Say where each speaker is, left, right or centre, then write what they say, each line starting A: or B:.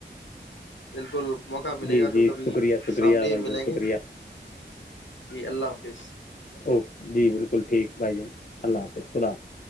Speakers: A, on the left; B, on the left.
A: بالکل موقع ملے
B: جی
A: گا
B: جی
A: تو کبھی
B: شکریہ شکریہ
A: سامنے
B: بھائی
A: ہی
B: جان
A: ملیں
B: شکریہ
A: گے جی اللہ حافظ
B: اوکے جی بالکل ٹھیک بھائی جان اللہ حافظ خدا حافظ